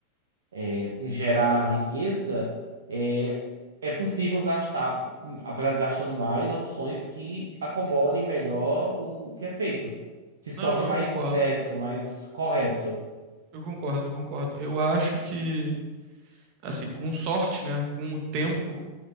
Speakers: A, on the right; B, on the right.
A: em gerar riqueza, é, é possível gastar, apesar de gastando mais, opções que acomodem melhor o, o que é feito, que se
B: Não,
A: torne mais
B: eu concordo,
A: ético, mais correto.
B: eu concordo, eu concordo. Eu acho que, assim, com sorte, né, com o tempo